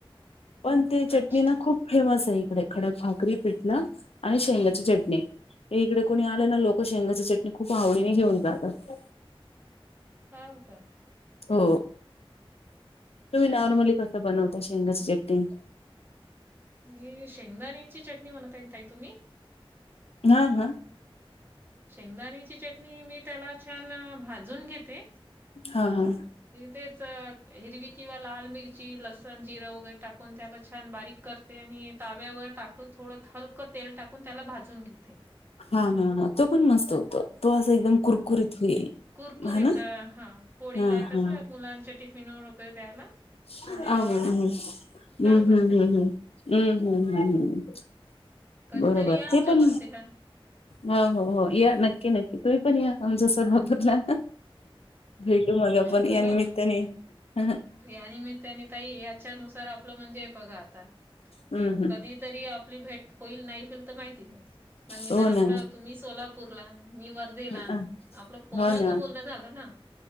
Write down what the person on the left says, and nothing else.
पण ते
चटणी ना खूप फेमस आहे इकडे खडक भाकरी पीठल आणि शेंगाची चटणी, इकडे कोणी आले ना लोक शेंगाची चटणी खूप आवडीने घेऊन जातात.
हो तुम्ही नॉर्मली कस बनवता शेंगाचं चटणी
हा हा.
हा हा.
हा हा हा तो पण मस्त होत तो असं एकदम कुरकुरीत होईल
हा ना
हा
हा
अ
हम्
हम् हम्म
हम्म
हम्म हम्म हम्म हम्म.
बरोबर
ते पण
हो हो हो या नक्की नक्की तुम्ही पण या आमच्या सोलापूरला. भेटू मग आपण
या निमित्ताने हं, हं.
हं, हं.
हो ना.
हं.
हो ना.